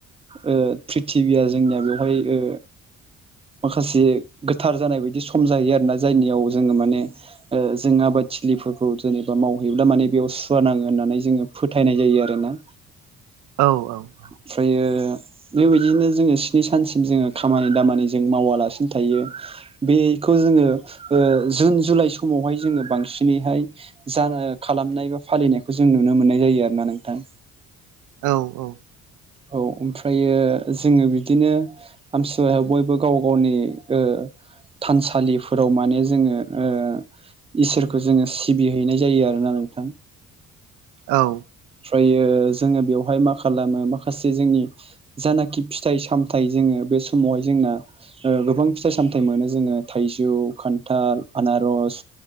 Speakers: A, on the right; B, on the right.
A: ओ प्रिथिबिया जोंनिया बेवहाय ओ माखासे गोथार जानाय बायदि सम जाहैयो आरोना जायनियाव जोङो माने ओ जों आबादथिलिफोरखौ जेनेबा मावहैब्ला माने बेयाव सुवा नाङो होननानै जोङो फोथायनाय जायो आरोना।
B: औ औ।
A: ओमफ्रायो बेबायदिनो जोङो स्नि सानसिम जोङो खामानि दामानि जों मावालासिनो थायो। बेखौ जोङो ओ जुन जुलाइ समावहाय जोङो बांसिनैहाय जानो खालामनाय बा फालिनायखौ जों नुनो मोननाय जायो आरो ना नोंथां।
B: औ औ।
A: औ ओमफ्रायो जोङो बिदिनो आमथिसुवायाव बयबो गाव गावनि ओ थानसालिफोराव माने जोङो ओ इसोरखौ जोङो सिबिहैनाय जायो आरोना नोंथां।
B: औ।
A: ओमफ्रायो जोङो बेवहाय मा खालामो माखासे जोंनि जानाखि फिथाइ सामथायाइ जोङो बे समावहाय जोंना ओ गोबां फिथाइ सामथाइ मोनो जोङो थाइजौ खान्थाल आनारस